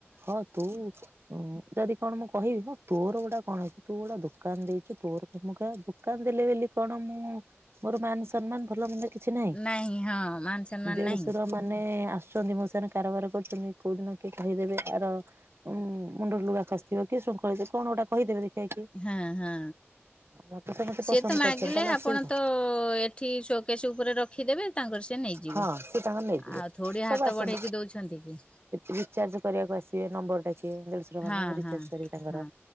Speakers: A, on the right; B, on the left.
A: ହଁ ତୁ ହଁ ଯଦି କଣ ମୁଁ କହିବି? ହଁ, ତୋର ଗୋଟା କଣ ଅଛି ତୁ ଗୋଟେ ଦୋକାନ ଦେଇଛୁ ତୋର ତ ମୁଁ କ ଦୋକାନ ଦେଲେ ବୋଲି କଣ, ମୁଁ ମୋର ମାନ ସମ୍ମାନ ଭଲ ମନ୍ଦ କି କିଛି ନାଇଁ
B: ନାହିଁ ହଁ ମାନ ସମ୍ମାନ
A: ଦେଢଶୁର
B: ନାହିଁ
A: ମାନେ ଆସୁଛନ୍ତି ମୋ କାରବାର କରୁଛନ୍ତି କୋଉଦିନ କିଏ କହିଦେବେ ଆର ଉଁ ମୁଣ୍ଡରେ ଲୁଗା ଖସିଥିବ କି ଶୃଙ୍ଖଳ କଣ ଗୋଟା କହିଦେବେ? ଦେଖିବା କିଏ
B: ହଁ ହଁ
A: ମତେ ସମସ୍ତେ
B: ସିଏ
A: ପସନ୍ଦ
B: ତ ମାଗିଲେ
A: କରୁଛନ୍ତି ତାହେଲେ
B: ଆପଣ
A: ଅସୁବିଧା
B: ତ ଠିକ୍ ସକେଶ ଉପରେ ରଖିଦେବେ। ତାଙ୍କର ସେ ନେଇଯିବେ,
A: ହଁ ସେ ତାଙ୍କର ନେଇଯିବେ
B: ଆଉ ଥୋଡିଆ
A: ସବୁ
B: ହାତ
A: ଆସନ୍ତି
B: ବଢେଇକି ଦଉଛନ୍ତି କି।
A: ରିଚାର୍ଜ କରିବାକୁ ଆସିବେ ନମ୍ବର ଡାକେ ଦେଢଶୁର ମାନେ
B: ହଁ
A: ମୁଁ ରିଚାର୍ଜ
B: ହଁ
A: କରିବି ତାଙ୍କର
B: ହଁ